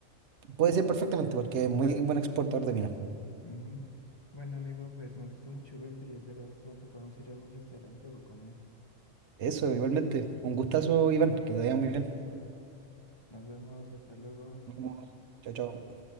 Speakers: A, on the right; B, on the left.
A: Puede ser perfectamente porque es muy buen exportador de vino.
B: Ujú. Bueno, amigo, pues me gustó mucho verte y ojalá pronto podamos ir a algún restaurante o a comer.
A: Eso, igualmente. Un gustazo, Iván. Que te vaya muy bien.
B: Nos vemos, hasta luego.
A: Nos vemos. Chao, chao.